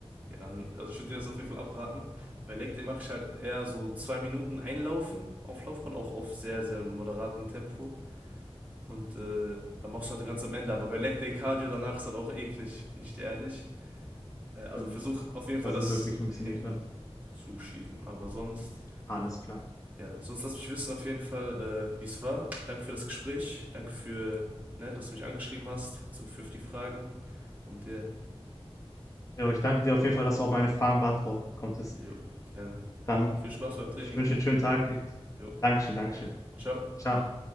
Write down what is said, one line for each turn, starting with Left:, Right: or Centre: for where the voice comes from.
Right: Ja, dann, also ich würde dir das auf jeden Fall abraten. Bei Leg Day mache ich halt eher so zwei Minuten einlaufen auf Laufband, auch auf sehr, sehr moderatem Tempo. Und äh, dann machst du halt ganz am Ende. Aber bei Leg Day Cardio danach ist halt auch eklig, bin ich dir ehrlich. Äh, also
Left: Stimmt.
Right: versuch auf jeden
Left: Das
Right: Fall das
Left: ist wirklich ein bisschen
Right: hinten
Left: ekelhaft.
Right: zu schieben. Aber sonst,
Left: Alles klar.
Right: ja, sonst lass mich wissen auf jeden Fall, äh, wie es war. Danke für das Gespräch. Danke für, ne, dass du mich angeschrieben hast so für die Fragen. Und ja,
Left: Jo, ich danke dir auf jeden Fall, dass du auch meine Fragen beantworten konntest.
Right: jo, gerne.
Left: Dann,
Right: Dann viel Spaß beim Training.
Left: ich wünsche dir einen schönen Tag. Ich-
Right: Jo,
Left: Dankeschön, Dankeschön.
Right: ciao.
Left: Ciao.